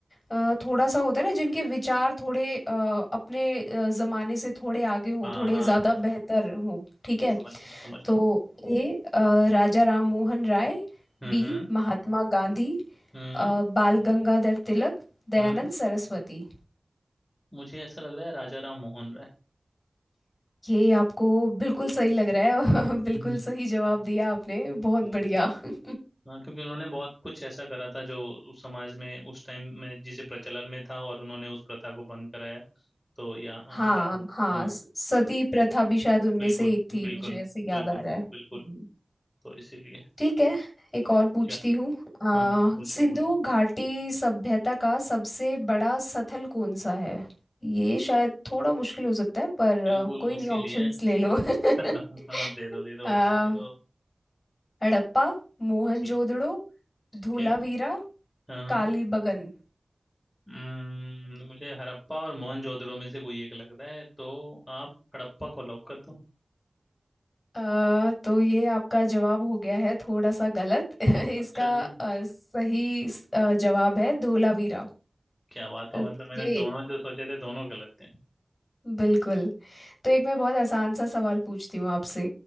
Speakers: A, on the left; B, on the left.
A: अ, थोड़ा सा होता है ना जिनके विचार थोड़े अ, अपने अ, जमाने से थोड़े आगे हों
B: हाँ
A: थोड़े
B: हाँ
A: ज़्यादा हाँ हाँ बेहतर हों ठीक है
B: समझ गया समझ गया
A: तो ए अ, राजा राम मोहन राय
B: हम्म
A: बी
B: हम्म
A: हाँ महात्मा गांधी
B: हम्म
A: अ, बाल गंगाधर तिलक दयानंद
B: हम्म,
A: सरस्वती
B: मुझे ऐसा लग रहा है राजा राम मोहन राय
A: ये आपको बिल्कुल सही लग रहा है
B: हम्म,
A: <laughs> बिल्कुल सही जवाब दिया आपने बहुत
B: हम्म,
A: बढ़िया <laughs>
B: हाँ क्योंकि उन्होंने बहुत कुछ ऐसा करा था जो उस समाज में उस टाइम में जिसे प्रचलन में था और उन्होंने उस प्रथा को बंद कराया तो या
A: हाँ
B: उनका
A: हाँ
B: हाँ
A: स- सती प्रथा भी शायद उनमें
B: बिल्कुल
A: से एक थी
B: बिल्कुल
A: मुझे ऐसे याद
B: बिल्कुल
A: आ रहा है हम्म।
B: बिल्कुल तो इसीलिए
A: ठीक है एक और पूछती
B: क्या
A: हूँ अ,
B: हाँ हाँ पूछो
A: सिंधु
B: पूछो
A: घाटी सभ्यता का सबसे बड़ा स्थल कौन सा है ये शायद थोड़ा मुश्किल हो सकता है पर
B: बिल्कुल
A: अ, कोई
B: उसके
A: नहीं
B: लिए
A: ऑप्शंस ले लो <laughs>
B: <laughs> हाँ दे दो दे दो
A: आ,
B: ऑप्शन दे दो
A: हड़प्पा मोहनजोदड़ो
B: ठीक ठीक
A: धोलावीरा
B: है हाँ हाँ
A: कालीबंगन
B: हम्म, मुझे हड़प्पा और मोहनजोदड़ो में से कोई एक लग रहा है तो आप हड़प्पा को लॉक कर दो
A: अ, तो ये आपका जवाब हो गया है थोड़ा सा गलत <laughs> इसका
B: अच्छा जी
A: अ, सही स- अ, जवाब है धोलावीरा
B: क्या बात है
A: ओके
B: मतलब मैंने दोनों जो सोचे थे दोनों गलत थे
A: बिल्कुल तो एक मैं बहुत आसान सा सवाल पूछती हूँ आपसे